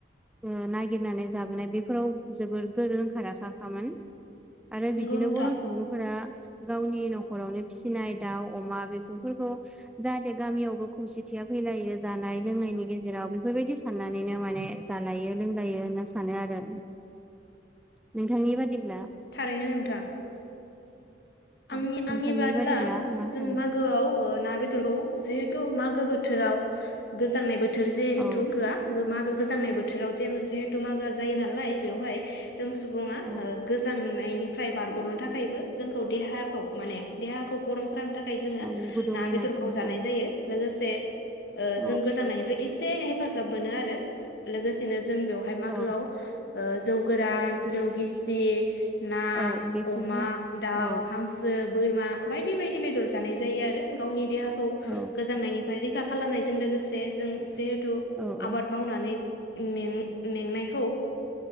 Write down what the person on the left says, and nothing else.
नोंगौ
नोंथां
थारैनो नोंथां। आंनि
आंनि बायदिब्ला
जों
मागोआव ना, बेदरखौ जिहेथु मागो बोथोराव गोजांनाय बो थोर जेहेतु
<unintelligible> गोजांनाय बोथोराव जे जिहेथु मागोआ जायो नालाय बेवहाय जों सुबुङा ओ
गोजांनाय गोजांनायनिफ्राय बारग'नो थाखायबो जोंखौ देहाखौ माने देहाखौ गरम खालामनो थाखाय थाखाय जोङो
ना बेदरखौ
जानाय
जायो लोगोसे <inaudible> ओ
जों गोजांनायनिफ्राय एसे हेफाजाब मोनो आरो लोगोसेनो जों बेवहाय मागोआव
ओ जौ गोरान जौ गिसि ना
अमा दाउ
हांसो ओ बोरमा बायदि बायदि बेदर जानाय जायो आरो गावनि देहा खौ
गोजांनायनि फ्राय रैखा खालामनायजों लोगोसे जों जिहे थु
आबाद मावनानै में मेंनायखौ